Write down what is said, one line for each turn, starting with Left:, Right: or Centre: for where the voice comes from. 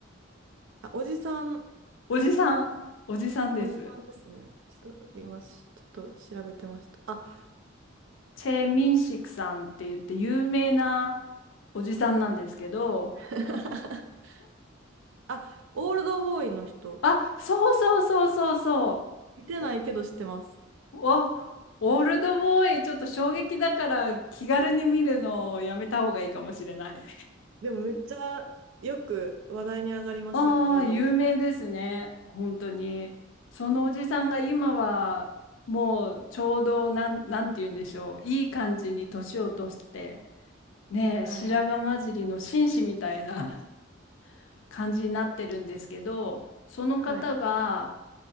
Right: あ、おじさん
Left: <laughs> おじさん、おじさんです。
Right: おじさんですね。ちょっと今し、ちょっと調べてました。あ、
Left: チェ・ミンシクさんって言って有名なおじさんなんですけど、
Right: <laughs> あ、オールドボーイの人。
Left: あ、そうそうそうそうそ
Right: 見てないけど知ってます。
Left: う。お、オールドボーイ、ちょっと衝撃だから気軽に見るのをやめた方がいいかもしれない。
Right: でもめっちゃよく話題に上がりますよね、
Left: <laughs> ああ、
Right: オールドボーイ。
Left: 有名ですね。本当に。そのおじさんが今はもうちょうどなん、なんて言うんでしょう。いい感じに年を落として、ねえ、
Right: はいはい。
Left: 白髪混じりの紳士みたいな <laughs> 感じになってるんですけど、その方が、
Right: はい。